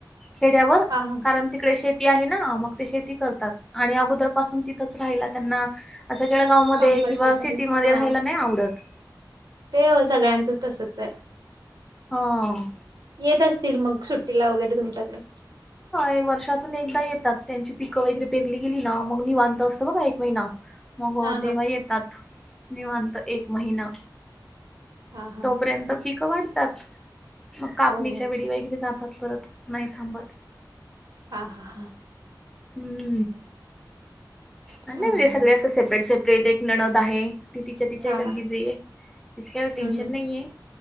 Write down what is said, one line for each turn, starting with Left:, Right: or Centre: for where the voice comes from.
Centre: खेड्यावर
Right: हां हां
Centre: कारण तिकडे शेती आहे ना ना मग ते शेती करतात आणि अगोदर पासून तिथंच राहिला त्यांना असं जळगाव मध्ये
Right: कम्फर्टेबल
Centre: किंवा सिटीमध्ये
Right: हां
Centre: राहायला नाही आवडत
Right: ते ओ सगळ्यांचं तसच आहे
Centre: ह
Right: येत असतील मग सुट्टीला वगैरे तुमच्याकडे
Centre: ते वर्षातून एकदा येतात त्यांची पिकं वगैरे पेरली गेली ना मग निवांत असतं बघा एक महिना मग
Right: हां हां
Centre: तेव्हा येतात निवांत एक महिना
Right: हा
Centre: तोपर्यंत पीकं वाढतात मग कापणीच्या
Right: हो हो
Centre: वेळी वगैरे जात तात परत नाही थांबत
Right: हा, हा
Centre: हम्म
Right: चालेल
Centre: नाही म्हणजे सगळे असं सेपरेट, सेपरेट एक नणंद आहे ती तिच्या, तिच्या
Right: हां
Centre: हेच्यात
Right: हां
Centre: बिझी आहे तिच काय एवढं टेन्शन
Right: हं, हं.
Centre: नाहीये